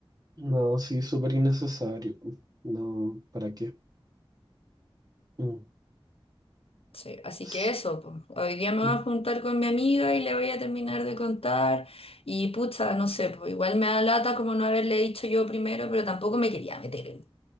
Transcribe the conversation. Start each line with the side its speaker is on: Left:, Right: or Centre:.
Right: No, sí, súper innecesario. No, ¿para qué? Mm.
Left: Sí, así
Right: S-
Left: que eso, po. Hoy día me voy
Right: mm.
Left: a juntar con mi amiga y le voy a terminar de contar y pucha, no sé, pues igual me da lata como no haberle dicho yo primero, pero tampoco me quería meter en,